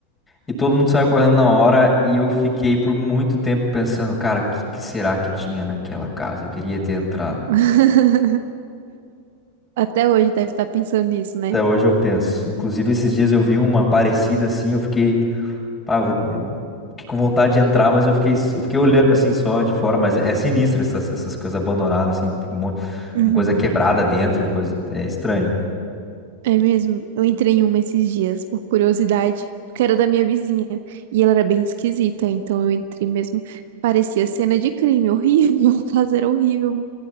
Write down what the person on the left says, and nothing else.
E todo mundo saiu correndo na hora e eu fiquei por muito tempo pensando, cara, o que que será que tinha naquela casa? Eu queria ter entrado.
Até hoje eu penso. Inclusive, esses dias eu vi uma parecida assim, eu fiquei, pá, eu vou- fiquei com vontade de entrar, mas eu fiquei, eu fiquei olhando assim só de fora, mas é sinistro essas, essas coisas abandonadas, assim, um monte-
uma coisa quebrada dentro, coisa, é estranho.